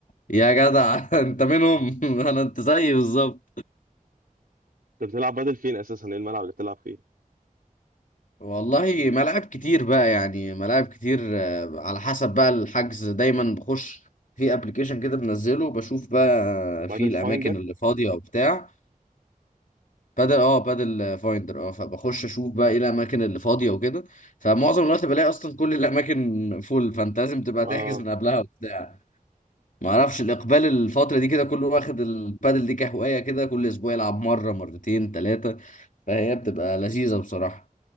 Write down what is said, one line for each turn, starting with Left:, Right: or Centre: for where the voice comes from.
Left: يا جدع <laughs> أنت منهم <laughs> أنا أنت زيي بالظبط
Right: انت بتلعب بدل فين اساسا ايه الملعب اللي بتلعب فيه
Left: والله ملاعب كتير بقى يعني ملاعب كتير آه، على حسب بقى الحجز دايما بخش في ابلكيشن كده بنزله بشوف بقى
Right: بدل
Left: في الاماكن
Right: فايندر
Left: اللي فاضية وبتاع بادل اه بادل فايندر اه فبخش اشوف بقى ايه الاماكن اللي فاضيه وكده فمعظم الوقت بلاقي اصلا كل الاماكن فول فانت لازم تبقى
Right: آه.
Left: تحجز من قبلها وبتاع ما اعرفش الاقبال الفتره دي كده كله واخد البادل دي كهوايه كده كل اسبوع يلعب مره مرتين ثلاثه فهي بتبقى لذيذه بصراحه